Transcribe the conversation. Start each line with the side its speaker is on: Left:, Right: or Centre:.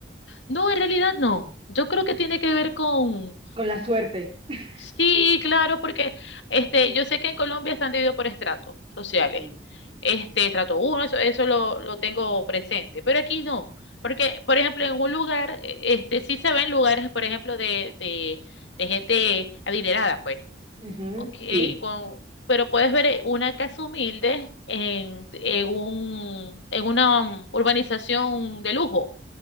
Left: No, en realidad no. Yo creo que tiene que ver con,
Right: Con la suerte. <laughs>
Left: Sí, claro, porque este, yo sé que en Colombia están divididos por estratos sociales.
Right: Mm.
Left: Este, estrato uno, eso, eso lo, lo tengo presente, pero aquí no, porque, por ejemplo, en un lugar, eh, este, sí se ven lugares, por ejemplo, de, de, de gente adinerada, pues,
Right: Ujú,
Left: ok,
Right: sí.
Left: con- pero puedes ver eh, una casa humilde en, en un, en una um, urbanización de lujo.